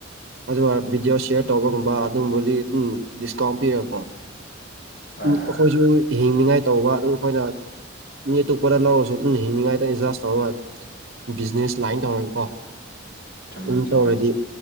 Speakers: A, on the right; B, on the left.
A: ꯑꯗꯨꯒ ꯚꯤꯗꯤꯑꯣ ꯁꯤꯌꯥꯔ ꯇꯧꯕꯒꯨꯝꯕ ꯑꯗꯨꯕꯨꯂꯤ ꯑꯗꯨꯝ ꯗꯤꯁꯀꯥꯎꯟ ꯄꯤꯔꯒꯀꯣ
B: ꯍꯣꯏ
A: ꯎ
B: ꯍꯣꯏ
A: ꯑꯩꯈꯣꯏꯁꯨ ꯍꯤꯡꯅꯤꯉꯥꯏ ꯇꯧꯕ ꯑꯗꯨꯝ ꯑꯩꯈꯣꯏꯅ ꯃꯤ ꯑꯇꯣꯄꯗ ꯂꯧꯔꯁꯨ ꯑꯗꯨꯝ ꯍꯤꯡꯅꯤꯡꯉꯥꯏꯗ ꯑꯦꯖꯥꯖ ꯇꯧꯔꯒ ꯕꯤꯖꯤꯅꯦꯁ ꯂꯥꯏꯟ ꯇꯧꯔꯒꯀꯣ
B: ꯆꯨꯝꯃꯦ
A: ꯑꯗꯨꯝ
B: ꯆꯨꯝꯃꯦ
A: ꯇꯧꯔꯗꯤ